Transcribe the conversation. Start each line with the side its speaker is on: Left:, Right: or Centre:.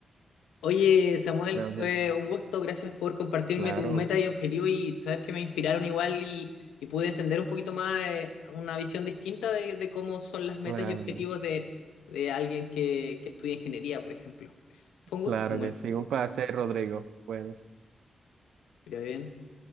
Left: Oye, Samuel,
Right: creo
Left: fue
Right: que sí.
Left: un gusto. Gracias por compartirme
Right: Claro,
Left: tus metas y objetivos y sabes que me inspiraron igual y, y pude entender un poquito más eh, una visión distinta de, de cómo son las metas
Right: claro,
Left: y objetivos de, de alguien que, que estudia ingeniería, por ejemplo. Fue un
Right: claro
Left: gusto, Samuel.
Right: que sí. Un placer, Rodrigo. Bueno.
Left: Que te vaya bien.